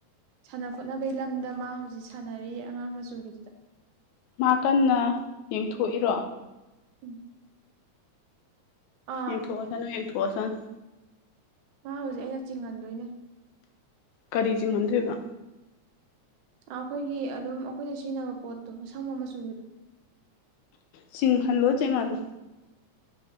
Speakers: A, on the right (about 80°); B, on the left (about 80°).
A: ꯁꯥꯟꯅ ꯈꯣꯠꯅꯕꯩ ꯂꯝꯗ ꯃꯥ ꯍꯧꯖꯤꯛ ꯁꯥꯟꯅꯔꯤ ꯑꯉꯥꯡ ꯃꯆꯨꯒꯤꯗꯨꯗ
B: ꯃꯥ ꯀꯟꯅ ꯌꯦꯡꯊꯣꯛꯏꯔꯣ
A: ꯎꯝ ꯑꯥ
B: ꯌꯦꯡꯊꯣꯛꯑꯁꯅꯨ ꯌꯦꯡꯊꯣꯛꯑꯁꯅꯨ
A: ꯃꯥ ꯍꯧꯖꯤꯛ ꯑꯩꯅ ꯆꯤꯡꯉꯟꯗꯣꯏꯅꯦ
B: ꯀꯔꯤ ꯆꯤꯡꯉꯟꯗꯨꯏꯕ
A: ꯑꯥ ꯑꯩꯈꯣꯏꯒꯤ ꯑꯗꯨꯝ ꯑꯩꯈꯣꯏꯅ ꯁꯤꯖꯤꯟꯅꯕ ꯄꯣꯠꯇꯣ ꯑꯁꯪꯕ ꯃꯆꯨꯒꯤ
B: ꯆꯤꯡꯍꯜꯂꯣ ꯆꯦꯡꯉꯜꯂꯨ